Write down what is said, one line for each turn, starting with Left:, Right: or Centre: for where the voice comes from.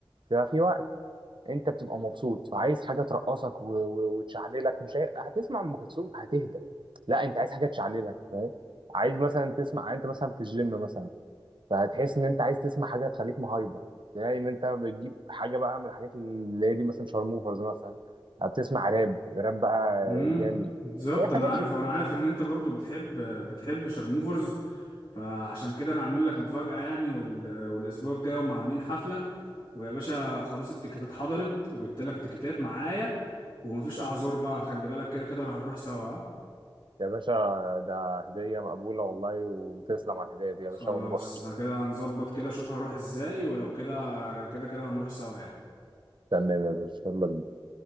Right: بيبقى في وقت انت بتبقى مبسوط فعايز حاجه ترقصك و... و... وتشعللك مش هي... هتسمع ام كلثوم هتهدى لا انت عايز حاجه تشعللك فاهم عايز مثلا تسمع يعني انت مثلا في الجيم مثلا فهتحس ان انت عايز تسمع حاجه تخليك مهايبر يعني ان انت بتجيب حاجه بقى من الحاجات اللي هي دي مثلا شارموفرز مثلا بتسمع راب راب بقى
Left: امم
Right: جامد
Left: بالظبط
Right: كده حاجات
Left: انا
Right: دي
Left: عارف وانا عارف ان انت برضو بتحب بتحب شارموفرز فعشان كده انا عامل لك مفاجأة يعني وال... والاسبوع الجاي هم عاملين حفلة ويا باشا خلاص التيكيتات حضرت وجبت لك التيكيتات معايا ومفيش اعذار بقى خلي بالك كده كده هنروح سوا ها؟
Right: يا باشا ده هديه مقبوله والله وتسلم على الهديه دي يا
Left: خلاص
Right: باشا ونروح
Left: انا كده هنظبط كده اشوف هروح ازاي ولو كده كده كده هنروح سوا يعني
Right: تمام يا باشا يلا بينا